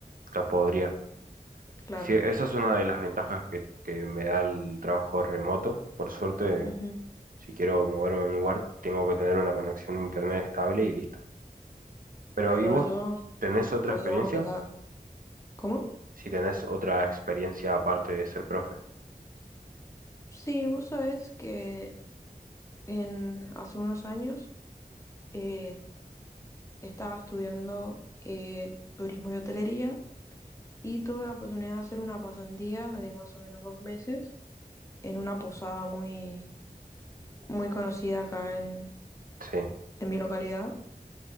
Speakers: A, on the right (about 65°); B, on the left (about 20°).
A: La podría.
B: claro.
A: Sí, esa es una de las ventajas que, que me da el trabajo remoto. Por suerte,
B: Ujú.
A: si quiero moverme a un lugar, tengo que tener una conexión a internet estable y listo. Pero,
B: Claro,
A: ¿y vos
B: no, yo un
A: tenés otra
B: poquito
A: experiencia?
B: más complicada. ¿Cómo?
A: Si tenés otra experiencia aparte de ser profe.
B: Sí, vos sabés que en, hace unos años eh, estaba estudiando eh, turismo y hotelería y tuve la oportunidad de hacer una pasantía de más o menos dos meses en una posada muy, muy conocida acá en,
A: Sí.
B: en mi localidad.